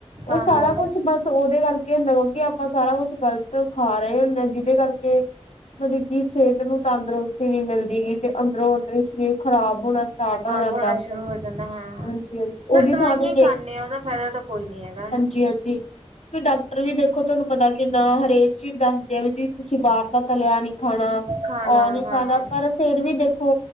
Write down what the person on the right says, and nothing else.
ਹਾਂ
ਹਮ
ਬੋਣਾ ਸ਼ੁਰੂ ਹੋ ਜਾਂਦਾ ਹਾਂ
ਫੇਰ ਦਵਾਈਆਂ
ਖਾਂਦੇ ਹਾਂ ਉਹਦਾ ਫ਼ਾਇਦਾ ਤਾਂ ਕੋਈ ਨੀ ਹੈਗਾ ਹਨਾ
ਖਾਣਾ
ਹਾਂ